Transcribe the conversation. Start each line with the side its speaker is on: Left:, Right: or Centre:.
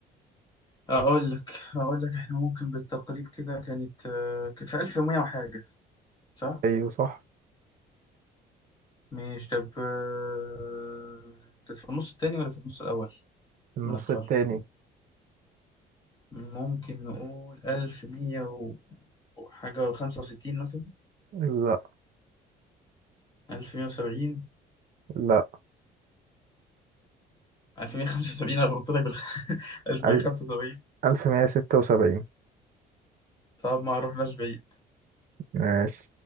Left: اقول لك اقول لك احنا ممكن بالتقريب كده كانت آه كانت في 1100 وحاجه صح
Right: أيوه صح
Left: مش طب آه كانت في النص التاني ولا في النص الاول
Right: النص
Left: من القرن
Right: التاني
Left: ممكن نقول 1100 و- وحاجه و65 مثلا
Right: لا
Left: 1170
Right: لا
Left: 1175 انا بنط لك بال <laughs> 1175
Right: ألف ألف مية ستة وسبعين
Left: طب ما رحناش بعيد
Right: ماشي